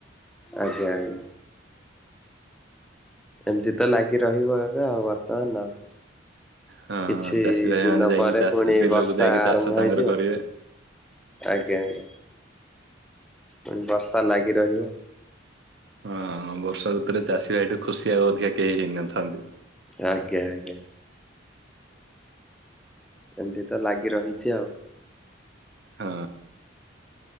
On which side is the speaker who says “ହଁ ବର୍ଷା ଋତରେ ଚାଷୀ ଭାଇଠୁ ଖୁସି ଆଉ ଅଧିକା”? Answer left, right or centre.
Right